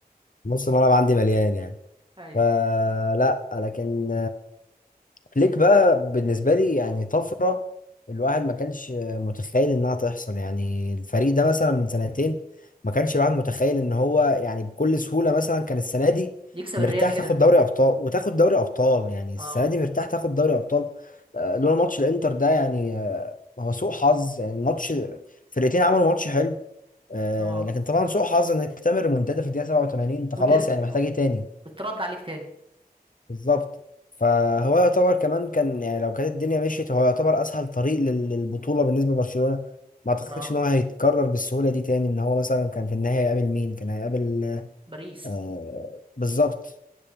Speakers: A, on the left; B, on the right.
A: نص الملعب عندي مليان يعني
B: ايوه
A: فلا لكن فليك بقى بالنسبة لي يعني طفرة الواحد ما كانش متخيل انها تحصل يعني الفريق ده مثلا من سنتين ما كانش الواحد متخيل ان هو يعني بكل سهولة مثلا كان السنة دي
B: يكسب
A: مرتاح
B: الريال كده
A: تاخد دوري ابطال وتاخد دوري ابطال يعني السنة
B: اه
A: دي مرتاح تاخد دوري ابطال آه، لولا ماتش الانتر ده يعني آه، هو سوء حظ يعني الماتش فرقتين عملوا ماتش حلو آه،
B: اه
A: لكن طبعا سوء حظ انك تعمل ريمونتادا في الدقيقة 87 انت خلاص
B: وتر...
A: يعني محتاج ايه تاني
B: وترد عليك تاني
A: بالظبط فهو يعتبر كمان كان يعني لو كانت الدنيا مشيت هو يعتبر اسهل طريق لل- للبطوله بالنسبه لبرشلونه ما اعتقدش
B: اه
A: ان هو هيتكرر بالسهوله دي تاني ان هو مثلا كان في النهايه هيقابل مين كان هيقابل
B: باريس
A: آه بالظبط